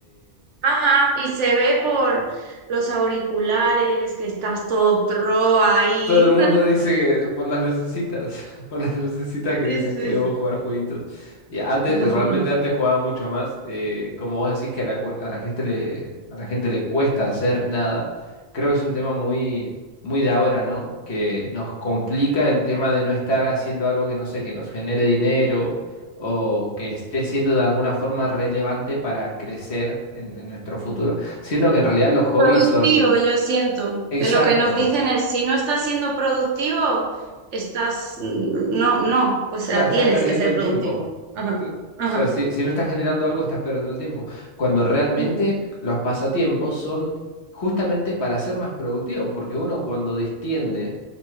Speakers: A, on the right; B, on the left.
A: Ajá, y se ve por los auriculares que estás todo pro ahí.
B: Todo el mundo
A: <laughs>
B: dice que por las lucecitas, <laughs> por las lucecitas que
A: Sí,
B: dicen
A: sí.
B: que debo jugar jueguitos. Y antes,
A: <laughs>
B: realmente antes jugaba mucho más. eh, como vos decís que a la, cu- a la gente le, a la gente le cuesta hacer nada, creo que es un tema muy, muy de ahora, ¿no? Que nos complica el tema de no estar haciendo algo que no sé, que nos genere dinero o que esté siendo de alguna forma relevante para crecer en, en nuestro futuro. Siendo que en realidad los hobbies
A: Productivo,
B: son...
A: yo siento
B: Exacto.
A: que lo que nos dicen es, si no estás siendo productivo, estás, mm, no, no, o sea,
B: Claro, estás
A: tienes
B: perdiendo
A: que ser
B: el
A: productivo.
B: tiempo.
A: Ajá,
B: Cla-
A: ajá.
B: O sea, si, si no estás generando algo, estás perdiendo el tiempo. Cuando realmente
A: Mm.
B: los pasatiempos son justamente para ser más productivo, porque uno cuando distiende